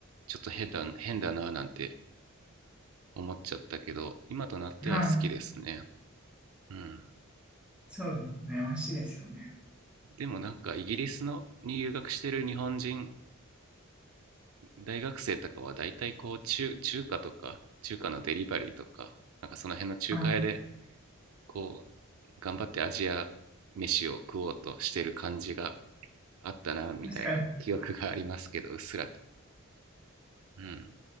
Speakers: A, on the right; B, in the centre.
A: ちょっと変だ変だななんて思っちゃったけど今となっては好きですね
B: はい。
A: うん
B: そうですね。美味しいですよね。
A: でもなんかイギリスのに留学してる日本人大学生とかはだいたいこう中中華とか中華のデリバリーとかなんかその辺の中華屋で
B: あー、
A: こう頑張ってアジア飯を食おうとしてる感じがあったなみたいな記憶がありますけどうっすらと、
B: 確かに。
A: うん、